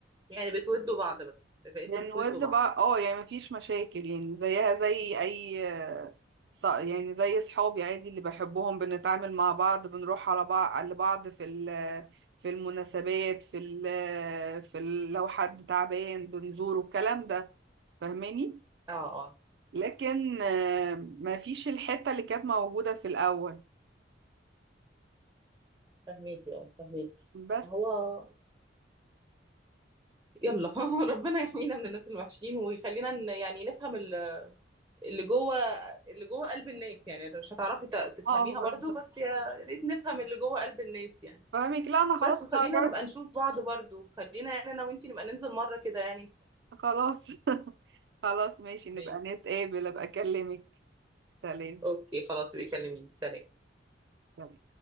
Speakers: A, on the right; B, on the right.
A: يعني بتودوا بعض بس بقيتوا
B: بنود
A: تودوا بعض
B: بقى اه يعني مفيش مشاكل يعني زيها زي اي ص- يعني زي صحابي عادي اللي بحبهم بنتعامل مع بعض بنروح على بعض لبعض في ال- في المناسبات في ال- في ال- لو حد تعبان بنزوره الكلام ده فاهماني
A: اه اه
B: لكن آه، مفيش الحتة اللي كانت موجودة في الأول
A: فهميكي اه فهميكي
B: بس
A: هو يلا <laughs> ربنا يحمينا من الناس الوحشين ويخلينا ن- يعني نفهم ال- اللي جوه اللي جوه قلب الناس يعني انت مش هتعرفي ت- تفهميها
B: اه بالظبط
A: برضو بس يا ريت نفهم اللي جوه قلب الناس يعني
B: فاهمك لا انا خلاص
A: بس وخلينا
B: قررت
A: نبقى نشوف بعض برضو خلينا يعني انا وانتي نبقى ننزل مرة كده يعني
B: خلاص <laughs> خلاص ماشي نبقى
A: ماشي
B: نتقابل ابقى اكلمك سلام
A: اوكي خلاص بيكلميني سلام
B: سلام